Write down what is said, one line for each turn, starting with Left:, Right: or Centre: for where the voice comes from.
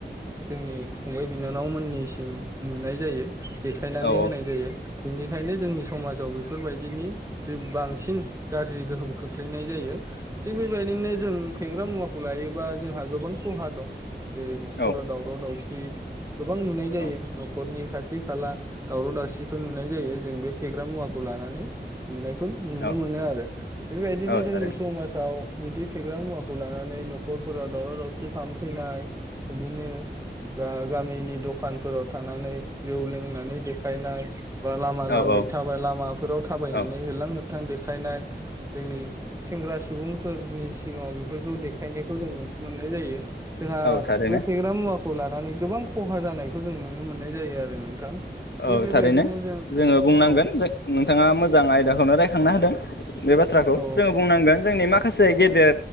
Right: जोंनि फंबाय बिनानावमोननिसिम नुनाय जायो। देखायनानै
Left: औ
Right: होनाय जायो बेनिखायनो जोंनि समाजाव बेफोरबायदिनि जोब बांसिन गाज्रि गोहोम खोख्लैनाय जायो थिग बेबायदिनो जों फेग्रा मुवाखौ लायो बा जोंहा गोबां खहा दं। जेरै नखराव
Left: औ
Right: दावराव दावसि दि गोबां नुनाय जायो
Left: औ
Right: न खरनि खाथि खाला दावराव दावसिखौ नुनो मोननाय जायो जों बे फेग्रा मुवाखौ लानानै। नुनायखौ नुनो
Left: औ
Right: मोनो आरो बेफोरबायदिनो
Left: औ
Right: जोंनि
Left: थारैनो
Right: समाजाव बिदि फेग्रा मुवाखौ लानानै नखरफोराव दावराव दावसि खालामफैनाय बिदिनो गामिनि दखानफोराव थानानै जौ लोंनानै देखायनाय बा लामा
Left: औ
Right: लामि
Left: औ
Right: थाबाय लामाफोराव थाबायनानै
Left: औ
Right: होलां - होथां देखायनाय जोंनि सेंग्रा सुबुंफोरनि सिगाङाव बेफोरखौ देखायनायखौ जों नुनो मोननाय जायो जोंहा
Left: औ थारैनो
Right: बे फेग्रा मुवाखौ लानानै गोबां खहा जानायखौ जों नु नुनो मोननाय जायो आरो नोंथां।
Left: औ
Right: बेबायदिनो
Left: थारैनो
Right: जों
Left: जोंङो बुंनांगोन
Right: औ
Left: ज नोंथांङा मोजां आयदाखौनो रायखांना होदों। बे बाथ्राखौ
Right: औ
Left: जोंङो बुंनांगोन। जोंनि माखासे गेदेर